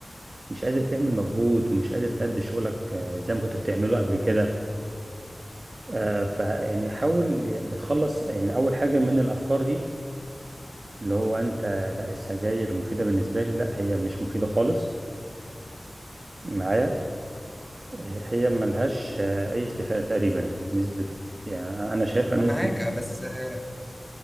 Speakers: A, on the right; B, in the centre.
A: مش قادر تعمل مجهود ومش قادر تأدي شغلك زي ما كنت بتعمله قبل كده آه، فيعني حاول تتخلص يعني اول حاجه من الافكار دي اللي هو انت لا السجاير مفيده بالنسبه لي لا هي مش مفيده خالص معايا هي ملهاش آه، اي استفاده تقريبا يعني نسبه يعني انا شايفها
B: أنا
A: نسبه
B: معاك آه، بس آه،